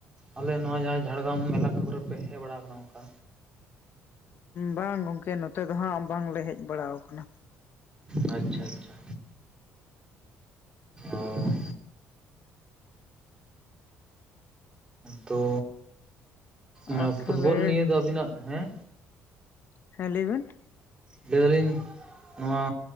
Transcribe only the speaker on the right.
ᱟᱞᱮ ᱱᱚᱣᱟ ᱡᱟᱦᱟᱸ ᱡᱷᱟᱲᱜᱨᱟᱢ ᱢᱮᱞᱟ ᱢᱮᱞᱟ ᱠᱚᱨᱮᱯᱮ ᱦᱮᱡ ᱵᱟᱲᱟ ᱟᱠᱟᱱᱟ ᱚᱱᱠᱟ?
ᱟᱪᱪᱷᱟ ᱟᱪᱪᱷᱟ, ᱚ ᱛᱚ, ᱱᱚᱣᱟ
ᱯᱷᱩᱴᱵᱚᱞ ᱱᱤᱭᱟᱹ ᱫᱚ ᱟᱵᱤᱱᱟᱜ ᱦᱮᱸ
ᱞᱟᱹᱭ ᱫᱟᱞᱤᱧ ᱱᱚᱣᱟ